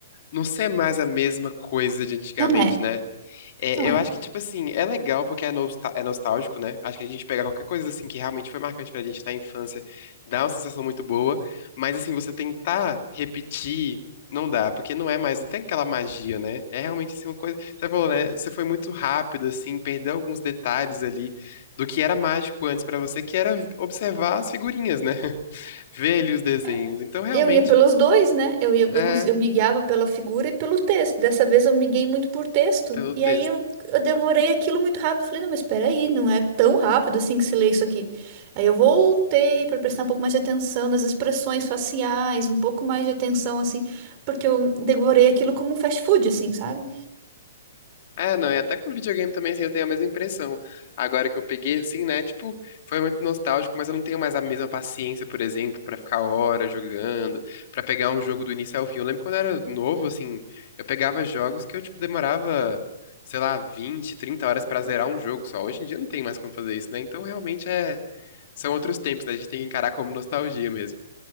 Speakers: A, on the left (about 50°); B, on the right (about 40°).
A: não ser mais a mesma coisa de antigamente,
B: Não é,
A: né? É,
B: não é.
A: eu acho que, tipo assim, é legal porque é, nostal- é nostálgico, né? Acho que a gente pega qualquer coisa, assim, que realmente foi marcante pra gente na infância, dá uma sensação muito boa, mas, assim, você tentar repetir, não dá, porque não é mais, não tem aquela magia, né? É realmente, assim, uma coisa... Você falou, né? Você foi muito rápido, assim, perdeu alguns detalhes ali do que era mágico antes pra você, que era observar as figurinhas, né? <laughs> Ver ali os desenhos.
B: É.
A: Então, realmente,
B: Eu ia pelos dois, né? Eu ia, eu,
A: é,
B: cons- eu me guiava pela figura e pelo texto. Dessa vez eu me guiei muito por texto.
A: pelo
B: E
A: texto.
B: aí eu, eu devorei aquilo muito rápido. Falei, não, mas espera aí, não é tão rápido assim que se lê isso aqui. Aí eu voltei para prestar um pouco mais de atenção nas expressões faciais, um pouco mais de atenção, assim, porque eu devorei aquilo como um fast food, assim, sabe?
A: É, não, e até com videogame também, assim, eu tenho a mesma impressão. Agora que eu peguei, assim, né, tipo, foi muito nostálgico, mas eu não tenho mais a mesma paciência, por exemplo, pra ficar horas jogando, pra pegar um jogo do início ao fim. Eu lembro quando eu era novo, assim, eu pegava jogos que eu, tipo, demorava, sei lá, 20, 30 horas pra zerar um jogo só. Hoje em dia não tem mais como fazer isso, né? Então, realmente, é, são outros tempos, né? A gente tem que encarar como nostalgia mesmo.